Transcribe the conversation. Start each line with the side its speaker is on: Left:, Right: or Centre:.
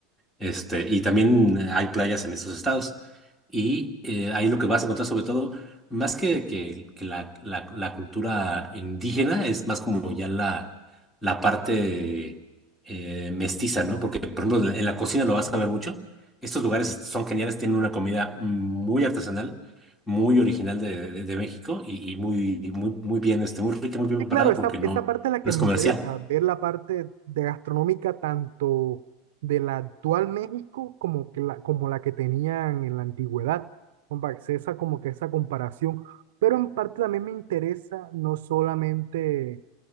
Centre: Este, y también hay playas en estos estados. Y eh, ahí lo que vas a encontrar sobre todo, más que, que- que la, la- la cultura indígena, es más como ya la, la parte eh, mestiza, ¿no? Porque, por ejemplo, en la en la cocina lo vas a ver mucho. Estos lugares son geniales, tienen una comida muy artesanal, muy original de, de- de México y, y muy, muy, muy bien, este, muy rica, muy bien
Right: Sí,
Centre: preparada
Right: claro, esa,
Centre: porque no,
Right: esa parte es la que
Centre: no es
Right: me
Centre: comercial.
Right: interesa, ver la parte de gastronómica tanto de la actual México como, que la, como la que tenían en la antigüedad, como para hacer esa, como que esa comparación. Pero en parte también me interesa no solamente eh,